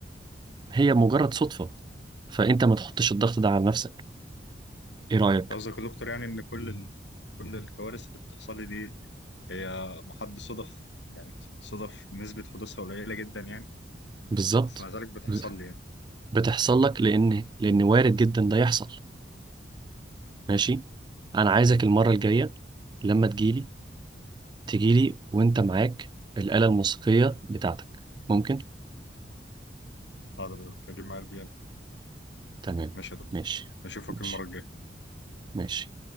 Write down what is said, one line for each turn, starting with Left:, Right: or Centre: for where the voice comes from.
Right: هي مجرد صدفة فانت ما تحطش الضغط ده على نفسك ايه رأيك
Left: قصدك يا دكتور يعني ان كل ال... كل الكوارث اللي بتحصل لي دي هي محض صدف يعني صدف نسبة حدوثها قليلة جدا يعني
Right: بالظبط
Left: بس مع ذلك بتحصل
Right: ب-
Left: لي يعني
Right: بتحصل لك لان لان وارد جدا ده يحصل ماشي انا عايزك المرة الجاية لما تجيلي تجيلي وانت معاك الآلة الموسيقية بتاعتك ممكن؟
Left: هقدر اجيب معايا البي ام
Right: تمام
Left: ماشي يا دكتور
Right: ماشي
Left: اشوفك
Right: ماشي
Left: المرة الجاية
Right: ماشي